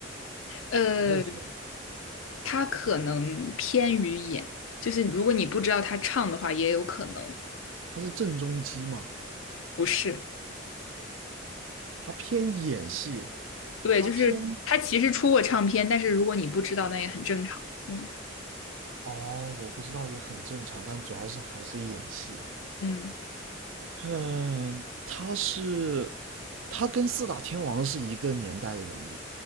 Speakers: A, on the left; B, on the right.
A: 呃，
B: 还有谁？
A: 他可能偏于演，就是如果你不知道他唱的话，也有可能
B: 他是郑中基吗？
A: 不是。
B: 他偏演戏，
A: 对，
B: 他偏
A: 就是他其实出过唱片，但是如果你不知道，那也很正常。嗯，
B: 哦，我不知道也很正常，但主要是还是演戏。
A: 嗯，
B: 嗯，他是他跟四大天王是一个年代的人物。